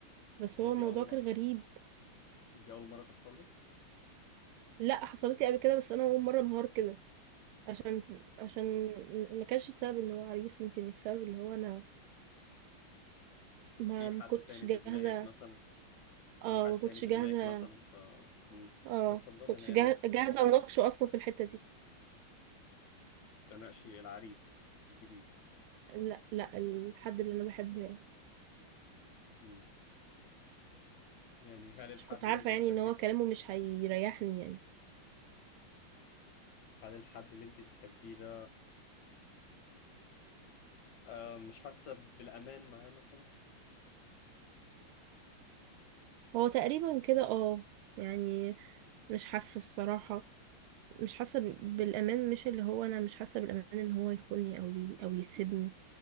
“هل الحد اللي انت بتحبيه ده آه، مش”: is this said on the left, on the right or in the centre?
Left